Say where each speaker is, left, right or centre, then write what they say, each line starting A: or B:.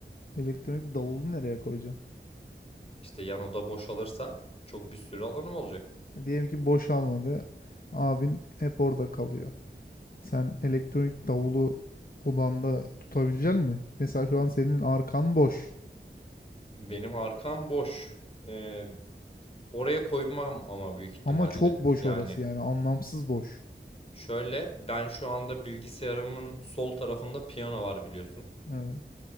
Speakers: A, on the left; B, on the left.
A: Elektronik davulu nereye koyacaksın?
B: işte yan oda boşalırsa çok bir sürü alanım olacak.
A: Diyelim ki boş almadı. Abin hep orada kalıyor. Sen elektronik davulu odanda tutabilecek mi? Mesela şu an senin arkan boş.
B: Benim arkam boş. Ee, oraya koymam ama büyük ihtimalle.
A: Ama çok boş
B: Yani
A: orası yani anlamsız boş.
B: şöyle ben şu anda bilgisayarımın sol tarafında piyano var biliyorsun.
A: Evet.